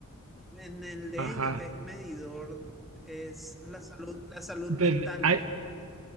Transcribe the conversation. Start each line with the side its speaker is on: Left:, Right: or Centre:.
Centre: En el de
Right: ajá.
Centre: ellos es medidor, es la salud, la salud
Right: Desde-
Centre: mental.
Right: ah,